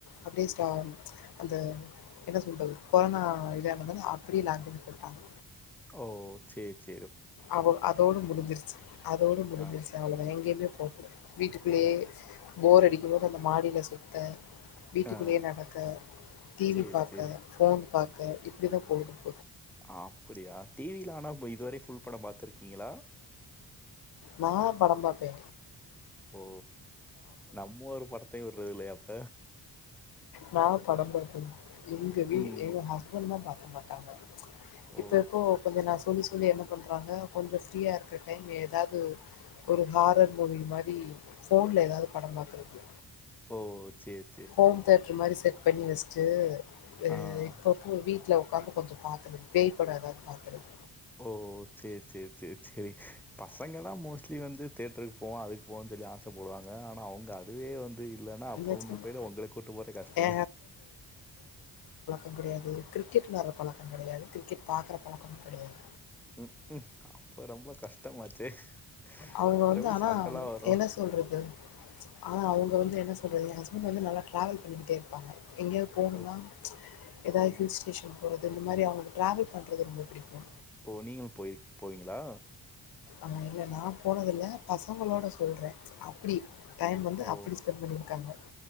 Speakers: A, on the left; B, in the centre.
A: அப்டே ஸ்டாம் அந்த என்ன சொல்றது கொரோனா இல்யா அந்ததானே அப்டியேய் அப்படின்னு சொல்ட்டாங்க
B: ஓ சேச்சு
A: அவவ் அதோடு முடிஞ்சிருச்சு அதோடு முடிஞ்சிருச்சு
B: ஆ,
A: அவ்ளதா எங்கயுமே போகல வீட்டுக்குள்ளே போர் அடிக்கு மோது அந்த மாடில சுத்த வீட்லுக்குள்ளேயே
B: ஆ.
A: நடக்க டிவி
B: சரி,
A: பாக்க
B: சரி.
A: போன் பாக்க இப்டிதா போகுதுங்
B: ஆ அப்படியா டிவில ஆனாவ் இதுவரே ஃபுல் படம் பாத்துருக்கீங்களா
A: நா படம் பாப்பே
B: ஓ நம்மொரு படத்தையு விடுறலையாப்ப
A: நா படம் பாக்கண் எங்க வீ
B: ம்.
A: எங்க ஹஸ்பண்ட் தா பாக்க மாட்டாங்க இப்ப
B: ஓ!
A: எப்போ கொஞ்ச நா சொல்லிஸ் சொல்லி என்ன பண்றாங்க கொஞ்ச ஃப்ரீயா இருக்குற டைம் ஏதாவது ஒரு ஹாரர் மூவி மாதி ஃபோன்ல எதாவது படம் பாக்குறது
B: ஓ சேர்
A: ஹோம் தேட்டர் மாரி செட் பண்ணி வச்சுட்டு அ
B: ஆ. ஆ.
A: இப்பப்போ வீட்ல ஒக்காந்து கொஞ்ச பாக்குது பேய் பட எதாவது பாக்குறது
B: ஓ சேர் சேர் சேர் சேர் பசங்க தா மோஸ்ட்லி வந்து தேட்டருக்கு போவா அதுக்கு போன்ஜ் வெலி ஆசப்படுவாங்க ஆனா அவங்க அதுவே வந்து து இல்லன்னா அப்பொ
A: நிஜமா
B: ஒன்று பயில ஒங்கள கூட்டு போறது கஷ்டந்தா
A: எ எங்கிடயாது கிரிக்கெட்னாற பழக்கங் கெடையாது கிரிக்கெட் பாக்குற பழக்க கெடையாது
B: ம் ம் அப்ப ரொம்ப கஷ்டமாச்சே
A: அவங்க
B: அப்புறம்
A: வந்து
B: எப்படி
A: ஆனா
B: சண்டைலாம் வரும்?
A: என்ன சொல்றது ஆ அவங் போ வந்து என்ன சொல்றது ஏ ஷஸ்பண் வந்து நல்லா ட்ராவல் பண்ணிக்கிட்டே இருப்பாங்க எங்கேயாவ் போணுனா
B: ஓ!
A: எதாவ்
B: ஆ.
A: ஹில் ஸ்டேஷன் போறத் இந்த மாரி அவங்களு ட்ராவல் பண்றது ரொம்ப புடிக்கு
B: ஓ நீங்களு போயிக் போவீங்களா
A: ஆனா இல்ல நா போனதுல்ல பசங்களோட சொல்றே அப்டி டைம் வந்து
B: ஓ!
A: அப்படி ஸ்பெண் பண்ணிருக்காங்க